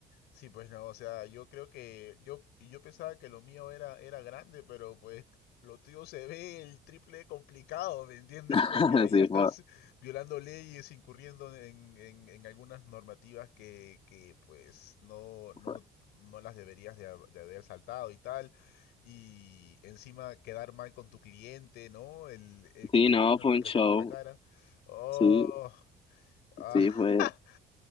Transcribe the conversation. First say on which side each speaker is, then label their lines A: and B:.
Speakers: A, on the left; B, on the left.
A: Sí, pues no, o sea, yo creo que yo y yo pensaba que lo mío era era grande, pero pues lo tuyo se ve el triple de complicado, ¿me entiendes?
B: <laughs>
A: Porque ahí
B: sí,
A: ya estás
B: fue,
A: violando leyes, incurriendo en, en- en algunas normativas que, que, pues no, no,
B: fue-
A: no las deberías de, hab- de haber saltado y tal. Y encima quedar mal con tu cliente, ¿no? El, el cliente
B: Sí, no,
A: pensando
B: fue
A: que
B: un show.
A: le está viendo la cara. Oh,
B: Sí,
A: ah.
B: sí, fue,
A: <laughs>